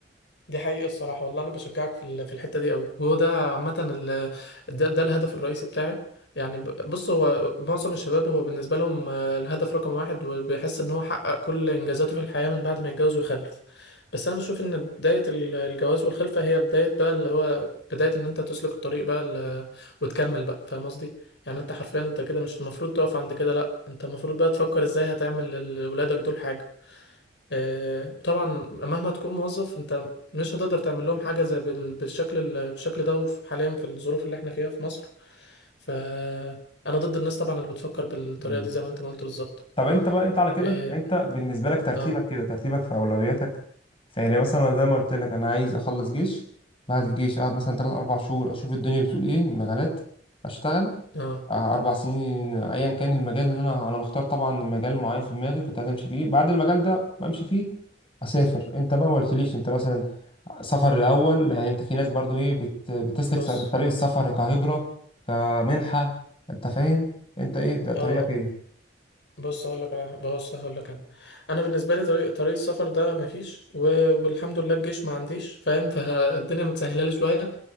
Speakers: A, on the left; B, on the left.
A: دي حقيقة الصراحة والله أنا بشجعك في ال- في الحتة دي قوي وهو ده عامة ال- ده, ده الهدف الرئيسي بتاعي يعني ب- بص هو معظم الشباب هو بالنسبة لهم آه، الهدف رقم واحد وبيحس إن هو حقق كل إنجازاته في الحياة من بعد ما يتجوز ويخلف بس أنا بشوف إن بداية ال- الجواز والخلفة هي بداية بقى اللي هو بداية إن أنت تسلك الطريق بقى ال- وتكمل بقى فاهم قصدي؟ يعني أنت حرفيا أنت كده مش المفروض تقف عند كده لأ أنت المفروض بقى تفكر إزاي هتعمل لولادك دول حاجة آه، طبعا مهما تكون موظف انت مش هتقدر تعمل لهم حاجه زي بال- بالشكل ال- بالشكل ده وف- حاليا في الظروف اللي احنا فيها في مصر فانا ضد الناس طبعا اللي بتفكر بالطريقه
B: مم.
A: دي زي ما انت ما قلت بالظبط
B: طب انت بقى انت على كده
A: اه
B: انت بالنسبه لك ترتيبك
A: اه
B: كده ترتيبك في اولوياتك فهنا مثلا زي ما قلت لك انا عايز اخلص جيش بعد الجيش اقعد مثلا 3 4 شهور اشوف الدنيا بتقول ايه مجالات اشتغل
A: آه،
B: اه، اربع سنين ايا كان المجال اللي انا انا مختار طبعا المجال معين في دماغي كنت عايز امشي فيه بعد المجال ده بمشي فيه اسافر انت بقى ما قلتليش انت مثلا سفر الاول يعني انت في ناس برضو ايه بت... بتسلك
A: بص
B: س- طريق السفر كهجره كمنحه انت فاهم انت ايه ده طريقك
A: اه آه.
B: ايه
A: بص هقول لك على بص هقول لك انا انا بالنسبه لي طريق طريق السفر ده مفيش و... والحمد لله الجيش ما عنديش فاهم فالدنيا متسهله لي شويه